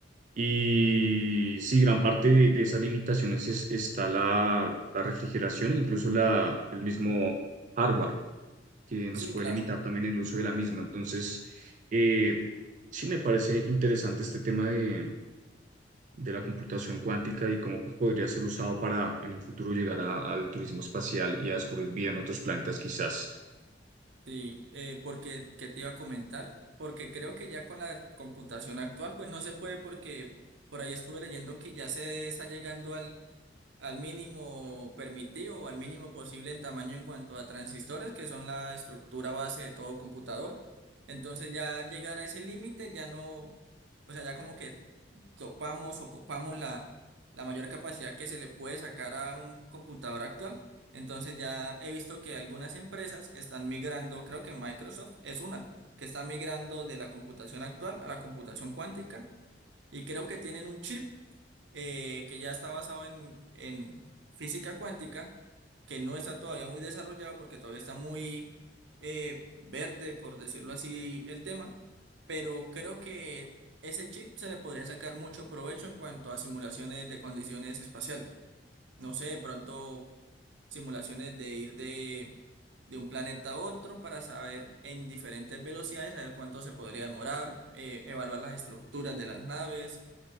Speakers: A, on the right; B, on the right.
A: y sí, gran parte de, de esas limitaciones es- está la, la refrigeración e incluso la, el mismo hardware que nos
B: Sí,
A: puede
B: claro.
A: limitar también el uso de la misma. Entonces, eh, sí me parece interesante este tema de, de la computación cuántica y cómo pues, podría ser usado para en un futuro llegar a- al turismo espacial y a descubrir vida en otros planetas quizás.
B: Sí, eh, porque, ¿qué te iba a comentar? Porque creo que ya con la computación actual, pues no se puede porque por ahí estuve leyendo que ya se está llegando al, al mínimo permitido o al mínimo posible en tamaño en cuanto a transistores, que son la estructura base de todo computador. Entonces ya llegar a ese límite ya no, o sea, ya como que topamos o copamos la, la mayor capacidad que se le puede sacar a un computador actual. Entonces ya he visto que algunas empresas están migrando, creo que Microsoft es una, que está migrando de la computación actual a la computación cuántica y creo que tienen un chip eh, que ya está basado en, en física cuántica, que no está todavía muy desarrollado porque todavía está muy eh, verde, por decirlo así, el tema, pero creo que ese chip se le podría sacar mucho provecho en cuanto a simulaciones de condiciones espaciales. No sé, de pronto simulaciones de ir de, de un planeta a otro para saber en diferentes velocidades, saber cuánto se podría demorar, eh, evaluar las estructuras de las naves